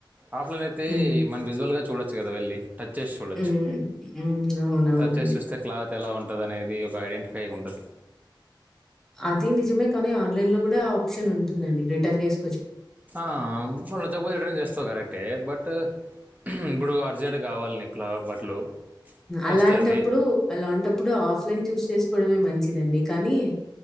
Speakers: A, on the right; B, in the centre.
A: ఆఫ్లైన్ అయితే
B: ఉమ్,
A: మనం విజువల్గా చూడొచ్చు కదా వెళ్ళి టచ్ చేసి చూడొచ్చు
B: హ్మ్. హ్మ్. అవునవునండి.
A: టచ్ చేసి చూస్తే క్లాత్ ఎలా ఉంటుంది ఉంటద అనేది ఒక ఐడెంటిఫై ఉంటంది
B: అది నిజమే కానీ ఆన్లైన్ లో కూడా ఆప్షన్ ఉంటుందండి రిటర్న్ చేస్త
A: ఆ మ తక్పోతే ట్రైన్ చేస్తావు కరెక్టే బట్ ఇప్పుడు అర్జెంట్ కావాలిని ఇట్లా బట్టలు
B: అలాంటప్పుడు
A: వస్తుంది
B: అలాంటప్పుడు ఆఫ్లైన్ చూస్ చేసుకోవడమే మంచిదండి కానీ